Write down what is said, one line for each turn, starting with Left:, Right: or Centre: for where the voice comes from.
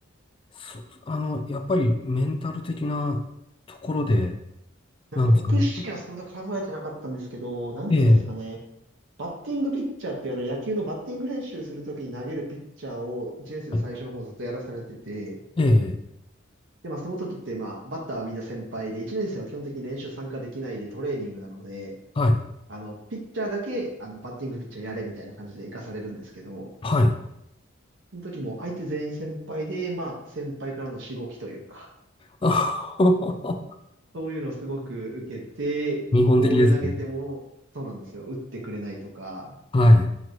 Left: そ、あの、やっぱりメンタル的なところで、
Right: なんか僕自身はそんな考えてなかったんですけど、
Left: なんですかね。
Right: なんていうんですかね。
Left: ええ
Right: バッティングピッチャーっていうあの野球のバッティング練習するときに投げるピッチャーを1年生の最初の方ずっとやらされてて、
Left: はいええ
Right: で、まあその時ってまあバッターはみんな先輩で、1年生は基本的に練習参加できないでトレーニングなので、
Left: はい、
Right: あの、ピッチャーだけあのバッティングピッチャーやれみたいな感じで行かされるんですけど、
Left: はい。
Right: その時も相手全員先輩で、まあ先輩からのしごきというか、
Left: <laughs> あはは
Right: そういうのをすごく受けて、
Left: 日本的ですね。
Right: ボール投げてもそうなんですよ、打ってくれないとか、
Left: はい。